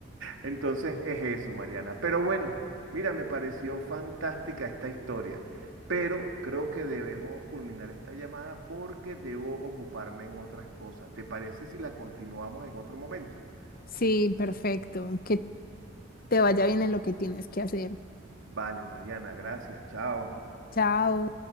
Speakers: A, on the right; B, on the left.
A: entonces es eso, Mariana. Pero bueno, mira, me pareció fantástica esta historia, pero creo que debemos culminar esta llamada porque debo ocuparme en otras cosas. ¿Te parece si la continuamos en otro momento?
B: sí, perfecto. Que te vaya bien en lo que tienes que hacer.
A: Vale, Mariana, gracias, chao.
B: Chao.